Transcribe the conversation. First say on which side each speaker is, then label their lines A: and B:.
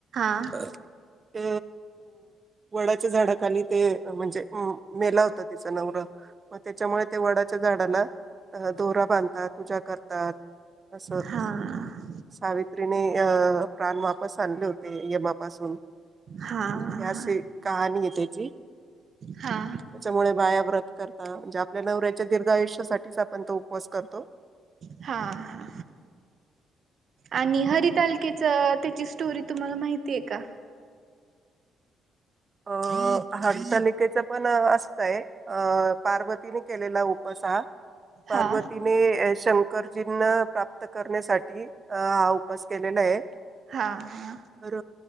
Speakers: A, on the right; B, on the right.
A: हा
B: अ अ वडाच्या झाडाखाली ते म्हणजे अ मेला होतात. तिचा नवरा मग त्याच्यामुळे ते वडाच्या झाडाला दोरा बांधतात. पूजा करतात. असं
A: हा
B: सावित्री प्राण वापस आणले होते. ते यमा पासून
A: हा हा.
B: अशी कहाणी आहे त्याची
A: हा
B: त्याच्यामुळे बाया व्रत करता म्हणजे आपल्या नवऱ्याच्या दीर्घ आयुष साठी आपण तो उपवास करतो.
A: हा हा आणि हरतालीकेच त्याची स्टोरी तुम्हाला माहितीय का.
B: ह हारतालिकेच पण असतंय अ पार्वतीनी केलेला उपास हा. पार्वतीने
A: हा
B: शंकरजींना प्राप्त करण्यासाठी? अ हा उपास केलेला आहे.
A: हा हा
B: खर